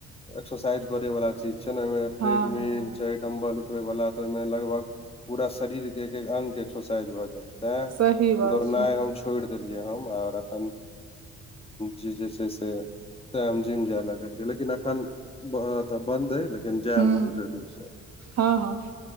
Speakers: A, on the left; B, on the right.
A: एक्सरसाइज करे वाला चीज छै ने ओहि मे
B: हँ
A: ट्रेडमिल छैह डम्बल उठबे वाला तऽ ओहि मे लगभग पूरा शरीर के एक एक अंग के एक्सरसाइज भऽ गेल ताॅ
B: सही बात
A: दौड़नाय
B: छै
A: हम। छोड़ि देलियै हम रतन जे से से छैय जे। ताहम जिम जाय लागलियै लेकिन एखनत बन्द ऐ लेकिन जाब
B: हूँ
A: हम जरूर सऽ।
B: हँ